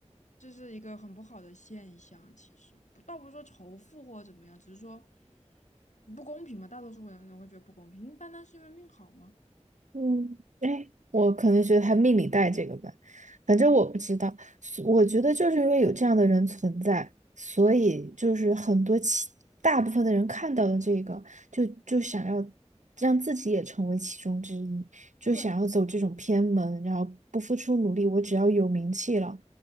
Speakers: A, on the left; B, on the right.
A: 这是一个很不好的现象。其实不倒不是说仇富或者怎么样，只是说不公平嘛。大多数人都会觉得不公平，单单是因为命好吗？
B: 嗯，哎，我可能觉得他命里带这个吧，反正我不知道。所我觉得就是因为有这样的人存在，所以就是很多其大部分的人看到了这个，就就想要让自己也成为其中之一，就想要走这种偏门，
A: 对
B: 然后不付出努力，我只要有名气了，